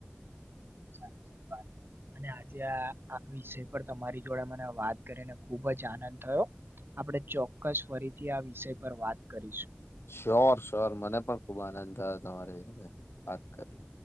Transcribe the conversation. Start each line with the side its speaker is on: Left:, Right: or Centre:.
Right: સાચી વાત. અને આજે આ આ વિષય પર તમારી જોડે મને વાત કરીને ખુબ જ આનંદ થયો આપડણે ચોક્કસ ફરીથી આ વિષય પર વાત કરીશું.
Left: શ્યોર સ્યોર મને પણ ખુબ આનંદ થયો તમારી વાત કરવી.